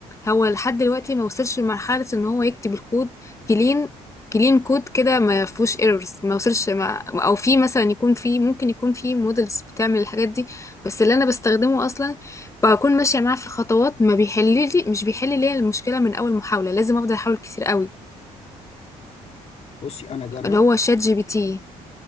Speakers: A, on the left; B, on the left.
A: هو لحد دلوقتي ما وصلش لمرحله ان هو يكتب الكود كلين كلين كود كده ما فيهوش ايرورز ما وصلش ما او في مثلا يكون في ممكن يكون في مودلز بتعمل الحاجات دي بس اللي انا بستخدمه اصلا بكون ماشيه معاه في الخطوات ما بيحل لي مش بيحل لي المشكله من اول محاوله لازم افضل احاول كتير قوي
B: بصي أنا جربت
A: اللي هو شات جي بي تي